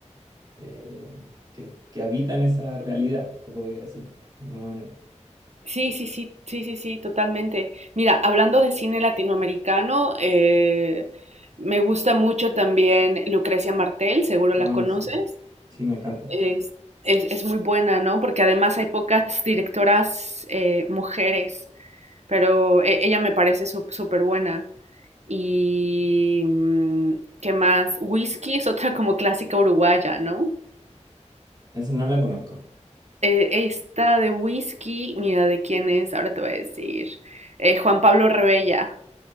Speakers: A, on the right; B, on the right.
A: eh, que, que habitan esa realidad, se podría decir de alguna manera.
B: Sí, sí, sí, sí, sí, sí, totalmente. Mira, hablando de cine latinoamericano, eh, me gusta mucho también Lucrecia Martel, seguro
A: Ah,
B: la conoces.
A: sí. Sí, me encanta.
B: Es, es- es muy buena, ¿no? Porque además hay pocas directoras eh, mujeres, pero e- ella me parece sup- súper buena. Y, mm, ¿qué más? Whisky es otra como clásica uruguaya, ¿no?
A: Eso no la conozco.
B: eh, esta de whisky, mira, ¿de quién es? Ahora te voy a decir. Eh, Juan Pablo Rebella.